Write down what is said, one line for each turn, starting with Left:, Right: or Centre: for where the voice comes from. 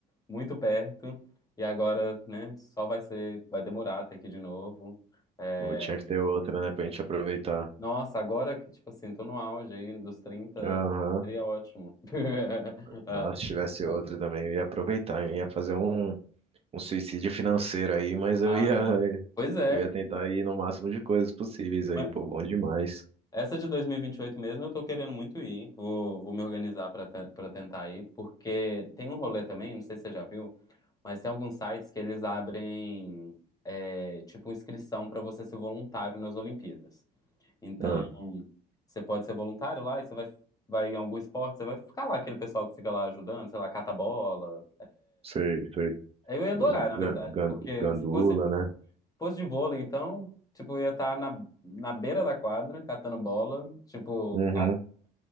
Left: muito perto e agora, né, só vai ser, vai demorar até aqui de novo. É,
Right: Pô, tinha que ter outra, né, pra gente aproveitar.
Left: nossa, agora que, tipo assim, tô no auge aí dos trinta
Right: Aham.
Left: seria ótimo. <laughs>
Right: Nossa, se tivesse outra
Left: Ah,
Right: também, eu ia aproveitar, eu ia fazer um, um suicídio financeiro aí, mas eu
Left: ah,
Right: ia, <laughs>
Left: pois é.
Right: eu ia tentar ir no máximo de coisas possíveis aí,
Left: Mas,
Right: pô, bom demais.
Left: Essa de dois mil e e vinte e oito mesmo, eu tô querendo muito ir. Vou, vou me organizar pra te- pra tentar ir, porque tem um rolê também, não sei se você já viu, mas tem alguns sites que eles abrem é, tipo inscrição pra você ser voluntário nas Olimpíadas. Então,
Right: Ah,
Left: você pode ser voluntário lá e você vai, vai em algum esporte, você vai ficar lá, aquele pessoal que fica lá ajudando, sei lá, cata bola.
Right: sei, sei.
Left: Eu ia adorar,
Right: Os
Left: na verdade,
Right: gan- gan-
Left: porque
Right: Gandula,
Left: se fosse,
Right: né?
Left: fosse de vôlei, então, tipo, eu ia estar na, na beira da quadra, catando bola, tipo
Right: Uhum,